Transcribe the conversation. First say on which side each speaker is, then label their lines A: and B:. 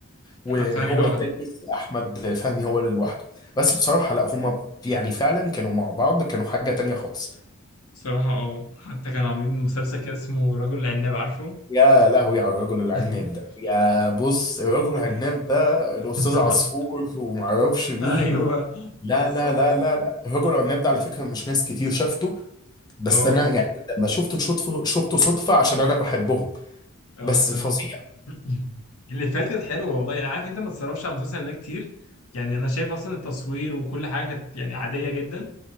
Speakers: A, on the left; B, on the left.
A: وهو
B: أحمد فهمي لوحده
A: التاني احمد فهمي هو اللي لوحده بس بصراحة لا هم يعني فعلا كانوا مع بعض كانوا حاجة تانية خالص
B: بصراحة اه حتى كانوا عاملين مسلسل كده اسمه رجل العناب عارفه؟
A: يا لهوي على الرجل العناب
B: <laughs>
A: ده يا بص الرجل
B: ال-
A: العناب ده الأستاذ
B: <laughs>
A: عصفور ومعرفش مين
B: ايوه
A: و... لا
B: بالظبط
A: لا لا لا لا الرجل العناب ده على فكرة مش ناس كتير شافته بس
B: اه
A: أنا يعني لما شفته شفته شفته صدفة عشان أنا بحبهم
B: اه
A: بس
B: فعلا
A: فظيع
B: <laughs> اللي فات كانت حلوه والله انا عارف انت ما تصرفش على المسلسل ده كتير يعني انا شايف اصلا التصوير وكل حاجه كانت يعني عاديه جدا